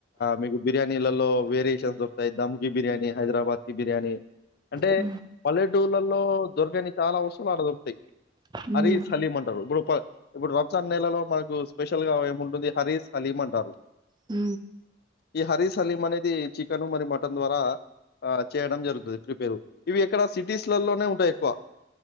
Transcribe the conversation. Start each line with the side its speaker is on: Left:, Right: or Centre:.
Left: మీకు బిర్యానీలలో వేరియేషన్స్ దొస్తాయి దమ్ కి బిర్యానీ హైదరాబాద్ కి బి అంటే
Right: హ్మ్.
Left: పల్లెటూర్లలో దొరకని చాలా వస్తువులు అడ దొరుకుతాయి
Right: హ్మ్.
Left: హరీ సలీం అంటారు ఇప్పుడు ఇప్పుడు రంజాన్ నెలలో మనకు స్పెషల్ గా ఏము ఉంటుంది హరీస్ హలీం అంటారు
Right: ఉ
Left: ఈ హరీస్ సలీం అనేది చికెన్ మరి మటన్ ద్వారా ఆ చేయడం జరుగుతుంది పేరు ఇవి ఇక్కడ సిటీస్ లలోనే ఉంటాయి ఎక్కువ